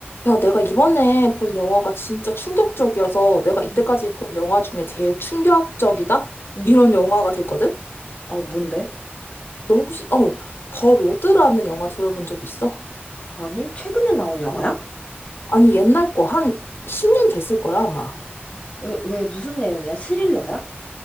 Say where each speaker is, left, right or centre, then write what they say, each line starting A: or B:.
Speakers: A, on the left (about 65°); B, on the left (about 30°).
A: 야, 내가 이번에 본 영화가 진짜 충격적이어서 내가 이때까지
B: 응,
A: 본 영화 중에 제일 충격적이다?
B: 응,
A: 이런 영화가 됐거든?
B: 어, 뭔데?
A: 너 혹시, 어, 더 로드라는 영화 들어본 적 있어?
B: 아니, 최근에 나온 영화야?
A: 아니, 옛날 거, 한 10년 됐을 거야, 아마.
B: 왜, 왜 무슨 내용이야? 스릴러야?